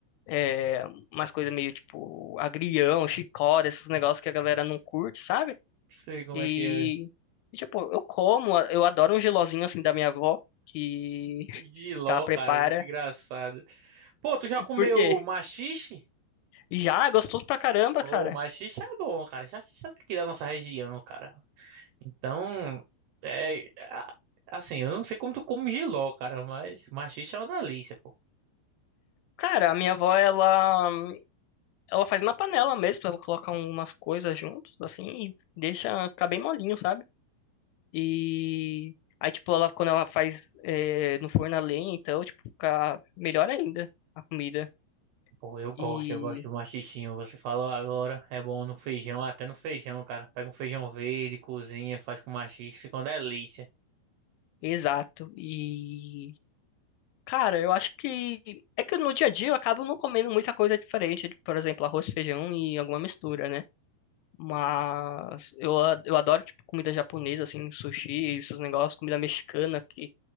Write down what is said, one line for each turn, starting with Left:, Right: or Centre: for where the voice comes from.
Left: é, umas coisas meio tipo agrião, chicória, esses negócios que a galera não curte, sabe?
Right: Não sei como
Left: E,
Right: é que é.
Left: e, tipo, eu como, eu adoro um gelozinho assim da minha avó, que
Right: Giló,
Left: que ela prepara.
Right: cara, muito engraçado. Pô, tu já
Left: E
Right: comeu
Left: Por quê?
Right: maxixe?
Left: Já, é gostoso pra caramba,
Right: Pô,
Left: cara.
Right: maxixe é bom, cara. Maxixe é daqui da nossa região, cara. Então, é... a- Assim, eu não sei como tu come jiló, cara, mas maxixe é uma delícia, pô.
Left: Cara, a minha avó, ela, ela faz na panela mesmo, ela coloca umas coisas juntos, assim, e deixa ficar bem molinho, sabe? E aí, tipo, ela, quando ela faz é, no forno a lenha, então, tipo, fica melhor ainda a comida.
Right: Pô, eu gosto,
Left: E,
Right: eu gosto de maxixinho. Você falou agora, é bom no feijão, até no feijão, cara. Pega um feijão verde, cozinha, faz com maxixe, fica uma delícia.
Left: exato. E, cara, eu acho que, é que no dia a dia eu acabo não comendo muita coisa diferente, por exemplo, arroz, feijão e alguma mistura, né? Mas eu, a- eu adoro, tipo, comida japonesa, assim, sushi, esses negócios, comida mexicana, que